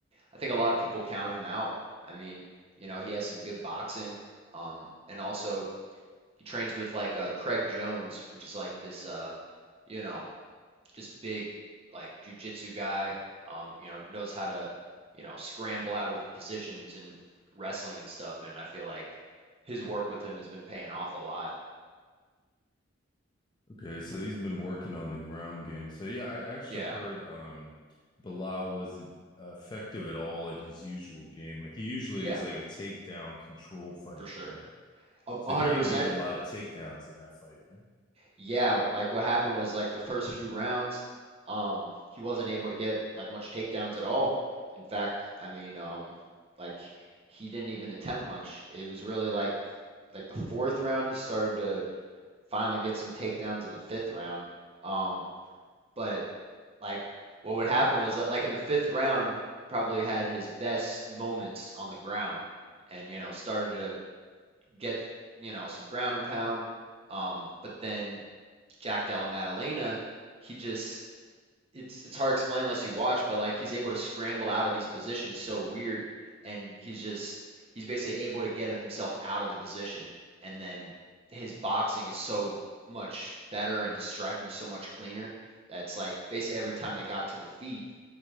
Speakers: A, on the right; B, on the left.
A: I think a lot of people count him out. I mean, you know, he has some good boxing, um, and also he trains with like uh, Craig Jones, which is like this, uh, you know, just big like jujitsu guy. Um, you know, knows how to, you know, scramble out of positions and wrestling and stuff. And I feel like his work with him has been paying off a lot.
B: Okay, so he's been working on the ground game. So yeah, I actually
A: Yeah,
B: heard um Bilal wasn't effective at all in his usual game. Like he usually
A: yeah,
B: is like a takedown control fighter,
A: for sure.
B: right?
A: A
B: So
A: a hundred
B: he didn't
A: percent.
B: get a lot of takedowns in that fight, right?
A: Yeah, like what happened was like the first few rounds, um, he wasn't able to get like much takedowns at all. In fact, I mean, um, like he didn't even attempt much. It was really like like the fourth round he started to finally get some takedowns in the fifth round. Um, but it, like what would happen was li- like in the fifth round probably had his best moments on the ground and you know started to get you know some ground and pound. Um, but then Jack Della Maddalena, he just it's it's hard to explain unless you watch, but like he's able to scramble out of these positions so weird, and he's just he's basically able to get himself out of the position, and then his boxing is so much better and his striking is so much cleaner. That's like basically every time they got to the feet,